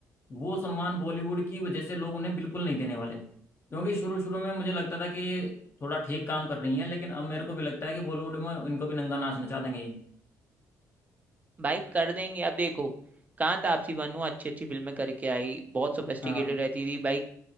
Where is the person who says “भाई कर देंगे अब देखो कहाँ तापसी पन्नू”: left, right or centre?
Right